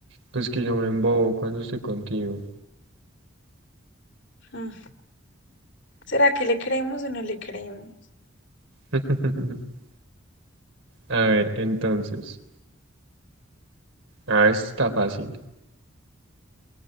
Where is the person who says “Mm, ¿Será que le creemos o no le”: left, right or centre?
Left